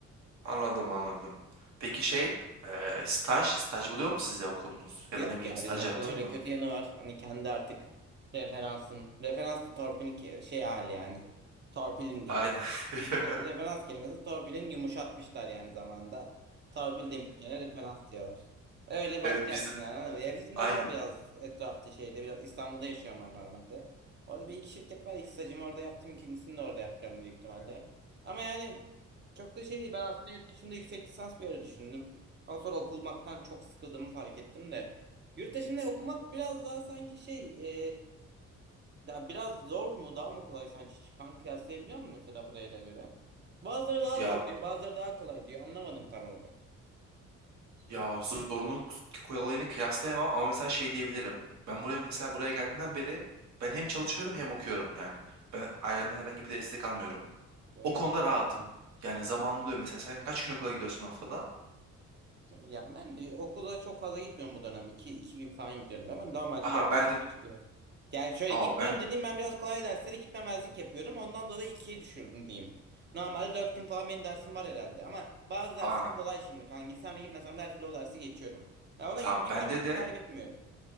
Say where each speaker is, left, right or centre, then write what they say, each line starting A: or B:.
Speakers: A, on the right; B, on the right.
A: Anladım anladım. Peki şey eee, staj staj buluyor mu size okulunuz?
B: Yok
A: Ya da ne bileyim
B: ya
A: staj
B: bizim okulun
A: yaptın
B: öyle
A: mı?
B: kötü yanı var. Hani kendi artık referansın. Referans da torpilin ke- şey hali yani. Torpilin diyeyim.
A: Aynen. <laughs>
B: Re- referans kelimesi torpilin yumuşatmışlar yani zamanda. Torpil demek yerine referans diyorlar. Öyle bakacaksın
A: Evet bizim
B: yani. anladın mı? Ya bizim
A: aynen.
B: de var biraz etrafta şeyde biraz İstanbul'da yaşıyorum ben normalde. Orada bir iki şirket var. İki stajımı orada yaptım. ikincisini de orada yapacağım büyük ihtimalle. Ama yani çok da şey değil. Ben aslında yurt dışında yüksek lisans bir ara düşündüm. Ama sonra okumaktan çok sıkıldığımı fark ettim de. Yurt dışında okumak biraz daha sanki şey e, daha biraz zor mu daha mı kolay sen hiç kıyaslayabiliyor musun mesela buraya da göre? Bazıları daha
A: Ya
B: zor diyor bazıları daha kolay diyor anlamadım tam olarak.
A: Ya zorunluluk kolayını kıyaslayamam ama mesela şey diyebilirim. Ben buraya mesela buraya geldiğimden beri ben hem çalışıyorum hem okuyorum yani. Ben ailemden herhangi bir destek almıyorum.
B: Evet
A: O konuda
B: o
A: rahatım.
B: çok iyi.
A: Yani zaman oluyor mesela sen kaç gün okula gidiyorsun haftada?
B: Yani ben de okula çok fazla gitmiyorum bu dönem. İki, iki gün falan gidiyorum ama normalde
A: Aha
B: dört
A: ben
B: beş
A: de
B: güne çıkıyor. Yani şöyle gitmiyorum
A: aa ben
B: dediğim ben biraz kolay derslere gitmemezlik yapıyorum. Ondan dolayı ikiye düşürdüm diyeyim. Normalde 4 gün falan benim dersim var herhalde. Ama bazı dersler
A: aa
B: kolay şimdi. Kanka gitsem de gitmesem de her türlü o dersi geçiyorum. Ya ona
A: tamam
B: gitmekle
A: bende
B: vakit
A: de
B: kaybetmiyorum.